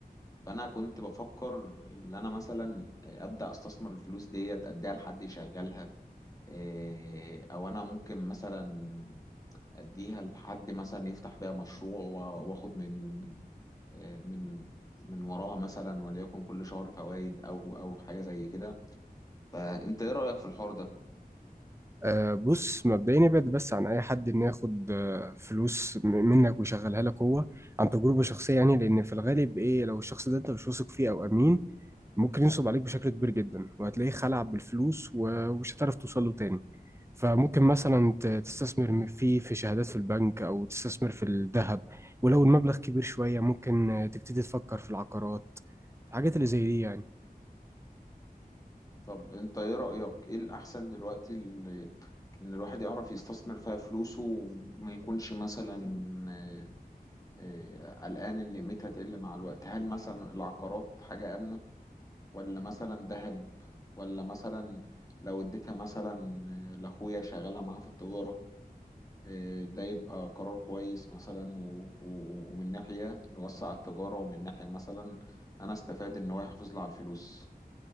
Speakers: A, on the left (about 20°); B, on the right (about 15°).
A: فانا كنت بفكر ان انا مثلا ابدا استثمر الفلوس ديت اديها لحد يشغلها إيه، او انا ممكن مثلا اديها لحد مثلا يفتح بيها مشروع و- واخد من إيه، من من وراها مثلا وليكن كل شهر فوائد او او حاجه زي كده فانت ايه رايك في الحوار ده
B: أه بص مبدئيا ابعد بس عن اي حد انه ياخد آه، فلوس م- منك ويشغلها لك هو عن تجربة شخصية يعني لان في الغالب ايه لو الشخص ده انت مش واثق فيه او امين ممكن ينصب عليك بشكل كبير جدا وهتلاقيه خلع بالفلوس و- ومش هتعرف توصل له تاني فممكن مثلا ت- تستثمر م- فيه في شهادات في البنك او تستثمر في الذهب ولو المبلغ كبير شوية ممكن آه، تبتدي تفكر في العقارات الحاجات اللي زي دي يعني
A: طب انت ايه رايك ايه الاحسن دلوقتي اللي- ان الواحد يعرف يستثمر فيها فلوسه وما يكونش مثلا آه، إيه، قلقان إن قيمتها تقل مع الوقت هل مثلا العقارات حاجة آمنة ولا مثلا ذهب ولا مثلا لو اديتها مثلا آه، لأخويا شغالها معاه في التجارة آه، ده يبقى قرار كويس مثلا و... و... ومن ناحية نوسع التجارة ومن ناحية مثلا أنا استفاد إن هو يحافظ لي على الفلوس